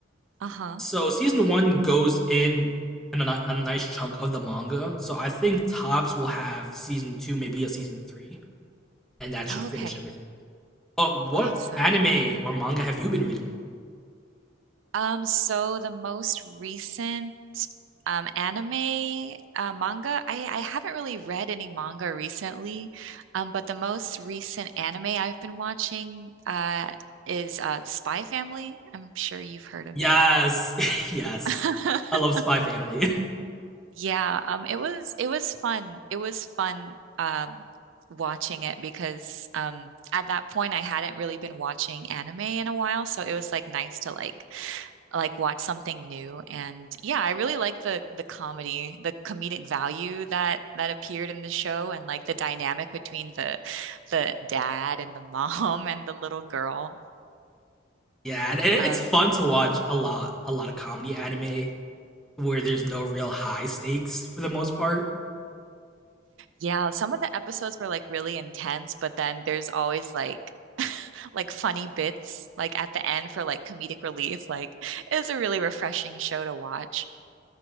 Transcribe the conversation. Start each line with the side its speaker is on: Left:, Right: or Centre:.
Right: Uh-huh.
Centre: So season 1 goes in and a, a nice chunk of the manga. So I think Tops will have season 2, maybe a season 3, and that should
Right: Okay.
Centre: finish everything. But uh, what
Right: Awesome.
Centre: anime or manga have you been reading lately?
Right: Um, so the most recent um anime uh, manga, I I haven't really read any manga recently, um, but the most recent anime I've been watching uh is uh Spy Family. I'm sure you've heard of
Centre: Yes.
Right: it.
Centre: <laughs> yes.
Right: <laughs>
Centre: I love Spy Family. <laughs>
Right: Yeah, um, it was it was fun. It was fun um, watching it because um, at that point I hadn't really been watching anime in a while, so it was like nice to like like watch something new. And yeah, I really like the the comedy, the comedic value that that appeared in the show, and like the dynamic between the the dad and the mom <laughs> and the little girl.
Centre: Yeah, and it's
Right: um,
Centre: fun to watch a lot, a lot of comedy anime where there's no real high stakes for the most part.
Right: Yeah, some of the episodes were like really intense, but then there's always like <laughs> like funny bits like at the end for like comedic relief. Like it's a really refreshing show to watch.